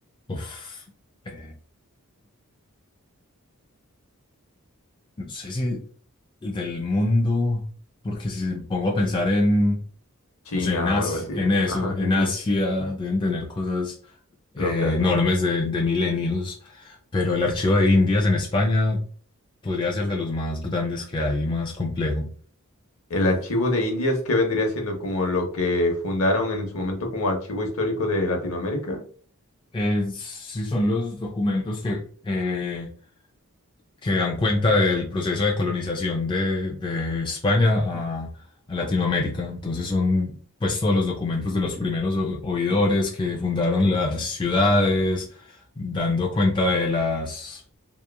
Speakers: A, on the left (about 20°); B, on the left (about 70°).
A: Uf. eh, No sé si el del mundo, porque si pongo a pensar en,
B: China
A: no sé, en Asi-
B: o algo así, ¿no?
A: en eso,
B: <laughs> Ajá,
A: en
B: sí,
A: Asia
B: sí.
A: deben tener cosas eh,
B: Locas,
A: enormes
B: ¿no?
A: de, de milenios, pero el archivo de Indias en España podría ser de los más grandes que hay, más complejo.
B: El archivo de Indias, ¿qué vendría siendo como lo que fundaron en su momento como archivo histórico de Latinoamérica?
A: Eh, sí, son los documentos que, eh, que dan cuenta del proceso de colonización de, de España a, a Latinoamérica. Entonces son pues todos los documentos de los primeros o- oidores que fundaron las ciudades, dando cuenta de las